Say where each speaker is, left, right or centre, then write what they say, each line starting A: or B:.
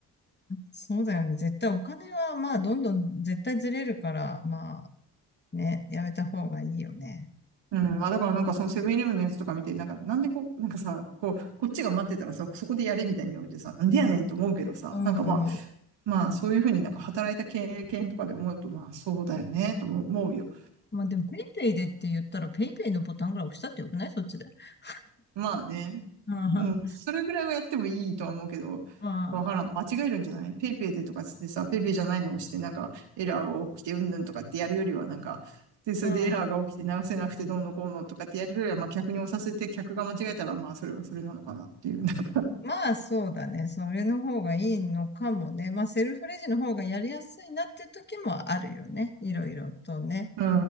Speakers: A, on the left (about 20°); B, on the right (about 65°).
A: そうだよね。絶対お金は、まあ、どんどん絶対ずれるから、まあ、ね、やめた方がいいよね。
B: うん、まあだからなんかそのセブンイレブンのやつとか見て、なんかなんでこう、なんかさ、こう、こっちが待ってたらさ、そこでやれみたいに言われてさ、なんでやねんと思うけどさ、
A: うん、
B: なんかまあ、
A: うん、思うん。
B: まあそういうふうになんか働いた経験とかで思うと、まあそうだよね、と思うよ。
A: まあ、でも、ペイペイでって言ったら、ペイペイのボタンぐらい押したってよくないそっちで。<laughs>
B: まあね、
A: うん、ま
B: それぐらいはやってもいいとは思うけど、
A: あ、
B: わからん。間違えるんじゃないペイペイでとかつってさ、ペイペイじゃないのを押して、なんかエラーが起きてうんぬんとかってやるよりは、なんか、で、それでエラーが起きて直せなくてどうのこうのとかってやるよりは、
A: うん。
B: まあ客に押させて客が間違えたら、まあそれはそれなのかなっていう、<laughs> なんか
A: まあ、そうだね。それの方がいいのかもね。まあ、セルフレジの方がやりやすいなっていう時もあるよね。いろいろとね。
B: うん。